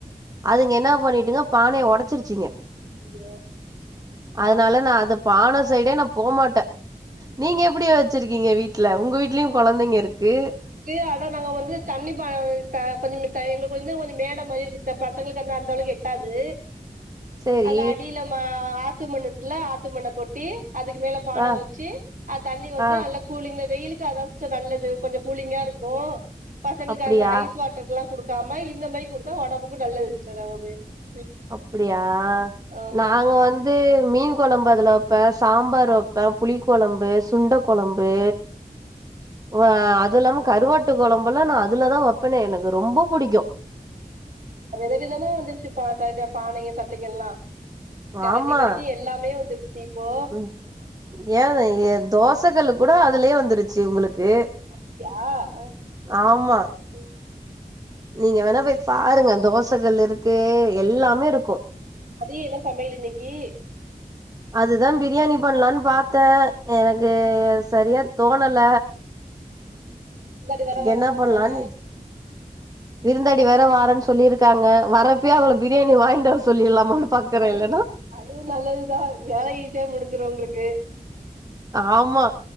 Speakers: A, on the right; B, on the right.
A: அதுங்க என்ன பண்ணிட்டுங்க பானைய வொடச்சிருச்சிங்க
B: அப்டியா
A: அதனால நா அந்த பான சைடே நா போமாட்ட நீங்க எப்டி வெச்சிருக்கீங்க வீட்டுல உங்க வீட்லயு கொழந்தைங்க இருக்கு
B: ட்டு அட நாங்க வந்து தண்ணி பான வெக்க கொஞ்ச மித்தைமுக்கு வந்து கொஞ்ச மேட மாரி இருக்கு சிஸ் டர் பசங்களுக்கு வந்து அந்த அளவுக்கு எட்டாது
A: சரி
B: அதுல அடியில மா ஆத்துமண்ணு இருக்குல்ல ஆத்துமண்ண கொட்டி அதுக்கு மேல பானை
A: ஆ
B: வெச்சி அத் தண்ணி கொஞ்சோ
A: ஆ
B: நல்லா கூலிங்க வெயிலுக்கு அதா சிஸ்டர் நல்லது கொஞ்ச கூலிங்கா இருக்கோ பசங்களுக்கு
A: அப்டியா
B: அந்த ஐஸ் வாட்டர்லா குடுக் க்காம இந்த மாரி குடுத்தா உடம்புக்கு நல்லது சிஸ்டர் <unintelligible>
A: அப்படியா
B: ஆமா
A: நாங்க வந் வந்து மீன் கொழம்பு அதுல வெப்பே சாம்பார் வெப்பே புளி கொழம்பு சுண்ட கொழம்பு வ அது இல்லாம கருவாட்டு கொழம்பெல்லா நா அதுலதா வெப்பனே எனக்கு ரொம்ப புடிக்கு
B: வித விதமா வந்துருச்சு பா ச பானைங்க சட்டிங்கெல்லா கரண்டி
A: ஆமா
B: வெரிக்கு எல்லாமே வந்துருச்சி இப்போ
A: ம் ஏன் எ தோச கல்லு கூட அதுலே வந்துருச்சு உங்களுக்கு
B: அப்படியா ஆ,
A: ஆமா
B: ம், ம்
A: நீங்க வேணா போய் பாருங்க தோசகல்லு இருக்கு எல்லாமே இருக்கு
B: மதியம் என்ன சமையல் இன்னைக்கி
A: அதுதா பிரியாணி பண்ணலானு பாத்தே எனக்கு சரியா தோணல
B: விருந்தாடி வேற வரேன்னு
A: என்ன
B: சொன்னாங்க
A: பண்லான்னு விருந்தாடி வேற வாரேன்னு சொல்லிருக்காங்க வரப்பயே அவங்கள பிரியாணி வாங்கிட்டு வர சொல்லிட்லாமானு பாக்கறே
B: அதுவு
A: இல்லனா
B: அதுவு நல்லதுதா வேல ஈஸியா முடிஞ்சிடு உங்களுக்கு
A: ஆமா